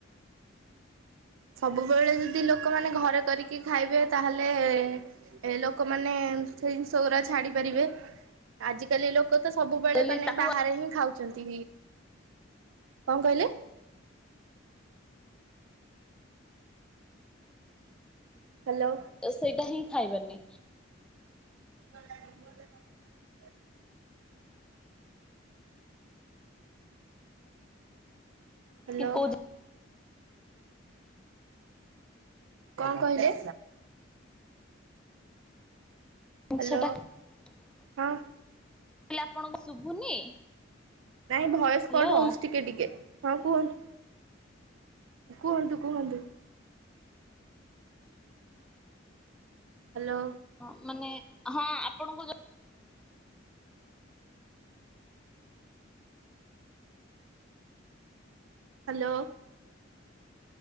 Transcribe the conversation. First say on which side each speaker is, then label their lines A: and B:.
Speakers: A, on the right; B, in the centre.
A: ସବୁବେଳେ ଯଦି ଲୋକମାନେ ଘରେ କରିକି ଖାଇବେ ତାହେଲେ ଏ ଲୋକମାନେ ସେଇ ଜିନିଷ ଗୁଡାକ ଛାଡି ପାରିବେ ଆଜିକାଲି ଲୋ ଲୋକ ତ ସବୁବେଳେ
B: ବୋଲି
A: ମାନେ
B: ତାକୁ
A: ବାହାରେ ହିଁ ଖାଉଛନ୍ତି କଣ କହିଲେ? ହ୍ୟାଲୋ।
B: ତ ସେଇଟା ହିଁ ଖାଇବନି।
A: ହ। <unintelligible> ହ୍ୟାଲୋ।
B: କି କୋଉ
A: କ କହିଲେ? ହ୍ୟାଲୋ
B: ସେଇଟା କହିଲି
A: ହଁ
B: ଆପଣଙ୍କୁ ଶୁଭୁନି?
A: ନାଇଁ ଭୟସ
B: ହ୍ୟାଲୋ
A: କଟ ହଉଛି ଟିକେ ଟିକେ ହଁ କୁହନ୍ତୁ? କୁହନ୍ତୁ କୁହନ୍ତୁ? ହ୍ୟାଲୋ।
B: ହଁ ମାନେ ହଁ ଆପଣଙ୍କୁ
A: ହ୍ୟାଲୋ।